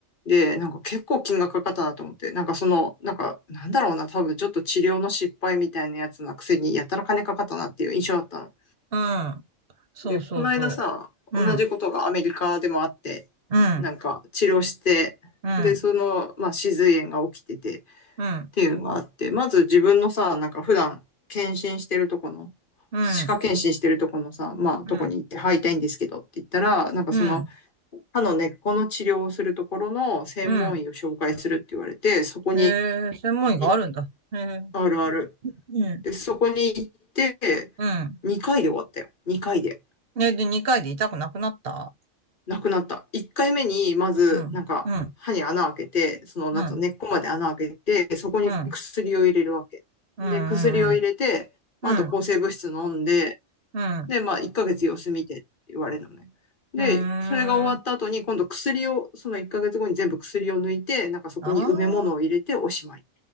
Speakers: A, on the left; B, on the right.
A: で、なんか結構金額かかったなと思って、なんかその、なんか、なんだろうな、多分ちょっと治療の失敗みたいなやつなくせに、やたら金かかったなっていう印象だったの。
B: うん。そうそうそう。
A: で、この間さ、
B: うん。
A: 同じことがアメリカでもあって、
B: うん。
A: なんか治療して、
B: うん。
A: で、その、まあ、歯髄炎が起きててっ
B: うん。
A: ていうのがあって、まず自分のさ、なんか普段検診してるとこの、
B: うん。
A: 歯科検診してるとこのさ、まあ、
B: うん。
A: とこに行って入りたいんですけどって言ったら、なんかその、
B: うん。
A: 歯の根っこの治療をするところの専門医を紹介するって言われて、
B: うん。
A: そこに、
B: へえ、専門医があるんだ。
A: い
B: へえ。
A: あるある。
B: うん。
A: で、そこに行って、
B: うん。
A: 2回で終わったよ。2回で。
B: ね、で、2回で痛くなくなった
A: なくなった。1回目に、まず、
B: うん。
A: なんか、
B: うん。
A: 歯に穴開けて、その、
B: うん。
A: なんと根っこまで穴開けて、そこに薬を入れるわけ。
B: うん。うん。
A: で、薬を入れて、
B: うん。
A: まあ、
B: うん。
A: あと抗生物質飲んで、
B: うん。
A: で、まあ、1ヶ月様子見てって言われるのね。で、
B: うん。
A: それが終わった後に、
B: うーん。
A: 今度薬を、その1ヶ月後に全部薬を抜いて、なんかそこに埋め物を入れておしまい。
B: ああ。